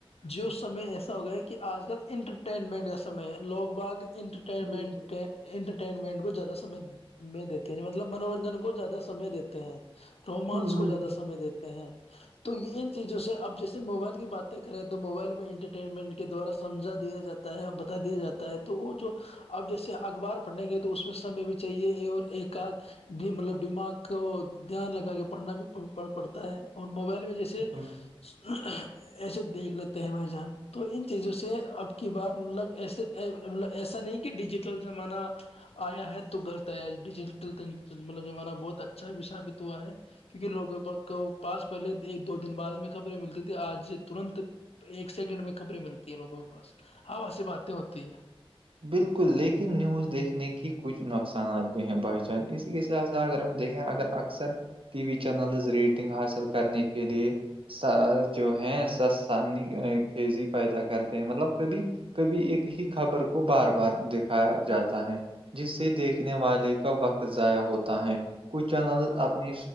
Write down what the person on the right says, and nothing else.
بالکل
بالکل
بالکل
بالکل لیکن نیوز دیکھنے کی کچھ نقصانات بھی ہیں بھائی چان اس س س اگر ہم دیکھیں اگر اکثر ٹی وی چینلز ریٹنگ حاصل کرنے کے لیے س جو ہے س خزی پیدا کرتے ہیں مطلب کبھی کبھی ایک ہی خبر کو بار بار دھایا جاتا ہے جس سے دیکھنے والے کا وقت ضائع ہوتا ہے کچھ چینل اپنی